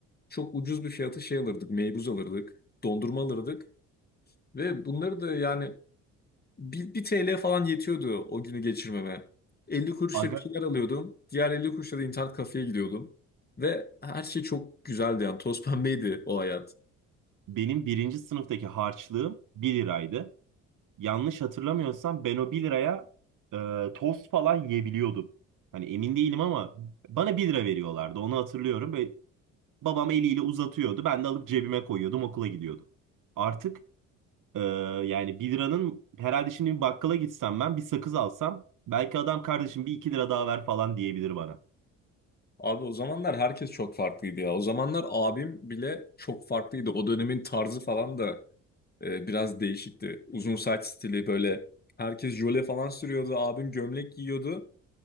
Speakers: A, on the left; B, on the right.
A: çok ucuz bir fiyata şey alırdık. Meybuz alırdık. Dondurma alırdık. Ve bunları da yani Bir, bir TL falan yetiyordu o günü geçirmeme. 50 kuruşla
B: Aga
A: bir şeyler alıyordum. Diğer 50 kuruşla da internet kafeye gidiyordum. Ve her şey çok güzeldi yani. Toz <laughs> pembeydi o hayat.
B: benim birinci sınıftaki harçlığım bir liraydı. Yanlış hatırlamıyorsam ben o bir liraya e, tost falan yiyebiliyordum. Hani emin değilim ama bana bir lira veriyorlardı onu hatırlıyorum. Ve babam eliyle uzatıyordu ben de alıp cebime koyuyordum okula gidiyordum. Artık Ee, yani 1 liranın herhalde şimdi bir bakkala gitsem ben bir sakız alsam belki adam kardeşim bir iki lira daha ver falan diyebilir bana.
A: Abi o zamanlar herkes çok farklıydı ya. O zamanlar abim bile çok farklıydı. O dönemin tarzı falan da e, biraz değişikti. Uzun saç stili böyle. Herkes jöle falan sürüyordu. Abim gömlek giyiyordu.